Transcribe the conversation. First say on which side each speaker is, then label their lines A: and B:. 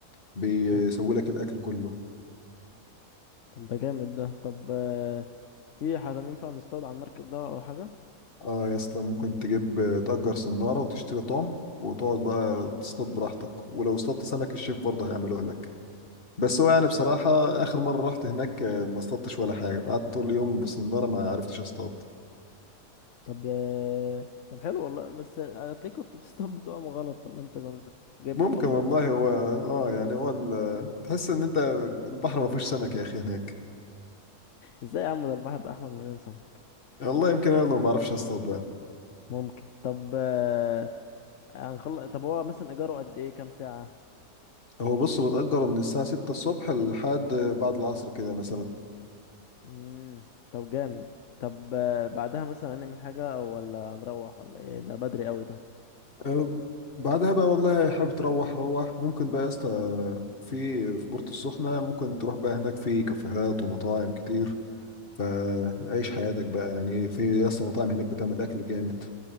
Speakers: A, on the left; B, on the left.
A: بيسوي
B: حلو
A: لك الاكل كله
B: طب ده جامد ده طب آه، في حد ينفع نصطاد على المركب ده او حاجه
A: اه يا اسطى ممكن تجيب تأجر صنارة وتشتري طعم وتقعد بقى تصطاد براحتك ولو اصطادت سمك الشيف برضه هيعمله لك بس هو يعني بصراحة آخر مرة رحت هناك آه، ما اصطادتش ولا حاجة قعدت طول اليوم بالصنارة ما عرفتش اصطاد
B: طب يا طب حلو والله بس هتلاقيك كنت بتصطاد بطعم غلط ولا انت كنت جايب
A: ممكن
B: الطعم من
A: والله
B: هناك
A: هو اه يعني هو ال- تحس ان انت البحر ما فيهوش سمك يا اخي هناك
B: ازاي يا عم ده البحر الاحمر مليان سمك
A: والله يمكن انا اللي ما بعرفش اصطاد بقى
B: ممكن طب آه، هنخلص طب هو مثلا ايجاره قد ايه كام ساعة
A: هو بص بتأجره من الساعة 6 الصبح لحد بعد العصر كده مثلا
B: امم طب جامد طب آه، بعدها مثلا هنعمل حاجة أو ولا هنروح ولا ايه ده بدري قوي ده
A: أه، بعدها بقى والله حابب تروح روح ممكن بقى يا اسطى في في بورتو السخنة ممكن تروح بقى هناك في كافيهات ومطاعم كتير فعيش حياتك بقى يعني في يا اسطى مطاعم هناك بتعمل أكل جامد